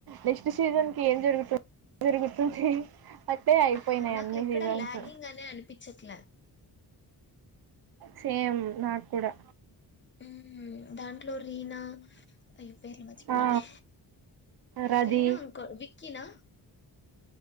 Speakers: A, on the right; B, on the left.
A: నెక్స్ట్ సీజన్ కి ఏం జరుగుతుంది జరుగుతుంది అట్లే అయిపోయినాయి
B: ఆ నాకు
A: అన్ని
B: ఎక్కడ
A: సీజన్స్
B: లాగింగ్ అనే అనిపించట్లా
A: సేమ్ నాక్ కూడా
B: హ్మ్ దాంట్లో రీనా అయ్యో పేర్లు మచ్చిపోనానే
A: ఆ రది
B: రీనా అంకల్ బి కినా